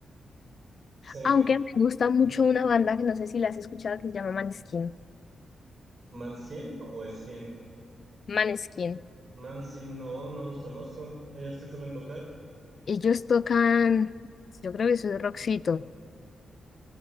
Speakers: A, on the right; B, on the left.
A: sé-
B: Aunque me gusta mucho
A: ujú.
B: una banda que no sé si la has escuchado que se llama Maneskin.
A: ¿Manskin o Skin?
B: Maneskin.
A: Manskin, no, no los conozco. ¿Ellos qué suelen tocar?
B: Ellos tocan, yo creo que eso es rockcito.